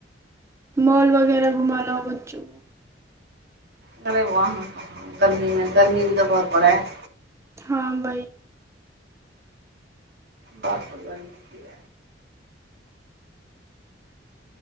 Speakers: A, on the right; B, on the right.
A: मॉल वगैरह घुमा लाओ बच्चो
B: गरे बआ व कह गर्मीमे गर्मी भी तऽ बहुत पड़ै हइ
A: हँ वही
B: दस हजार निक